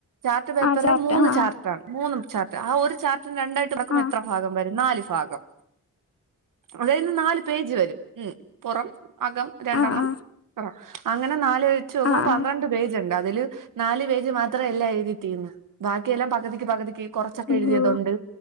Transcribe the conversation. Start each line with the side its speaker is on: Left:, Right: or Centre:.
Right: ചാർട്ട് പേപ്പറിന്റെ
Left: ആഹ് ചാർട്ട്
Right: മൂന്ന്
Left: ആഹ്
Right: ചാർട്ടാണ്
Left: ആഹ്
Right: മൂന്നും ചാർട്ട് ആഹ് ഒരു ചാർട്ട് രണ്ടായിട്ട് മടക്കുമ്പ
Left: ആഹ്
Right: എത്ര ഭാഗംവരും നാല് ഭാഗം അതായത് നാല് പേജ് വരും ഉം പുറം അകം രണ്ടെണ്ണം
Left: ആഹ് ആഹ്
Right: പുറം അങ്ങനെ നാല് വെച്ച് നോക്കുമ്പോ
Left: ആഹ്
Right: പന്ത്രണ്ട്
Left: ആഹ്
Right: പേജുണ്ട് അതില് നാല് പേജ് മാത്രമേ എല്ലാ എഴുതി തീന്ന് ബാക്കിയെല്ലാം പകുതിക്ക് പകുതിക്ക് കുറച്ചൊക്കെ
Left: അയ്യോ
Right: എഴുതിയതുണ്ട്